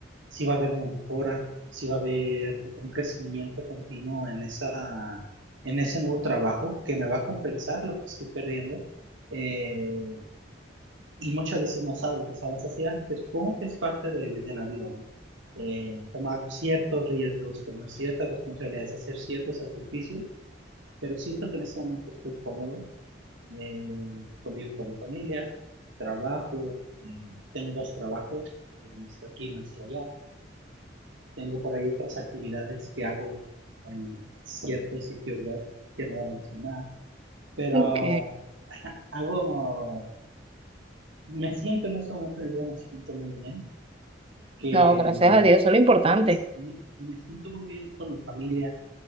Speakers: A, on the right; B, on the right.
A: si va a haber una mejora, si va a haber un crecimiento continuo en esa, en ese nuevo trabajo que me va a compensar lo que estoy perdiendo. Eh, y muchas veces no sabes, o sea, la sociedad que supongo que es parte de, de la vida, ¿no? Eh, tomar ciertos riesgos, tomar ciertas responsabilidades, hacer ciertos sacrificios, pero siento que en este momento estoy cómodo, eh, convivo con mi familia, trabajo, eh, tengo dos trabajos, uno está aquí, uno está allá, tengo por ahí otras actividades que hago en ciertos sitios web que no voy a mencionar, pero
B: Ok.
A: hago, me siento en este momento de vida, me siento muy bien que
B: No, gracias a Dios, eso es lo importante.
A: es- y- me siento muy bien con mi familia.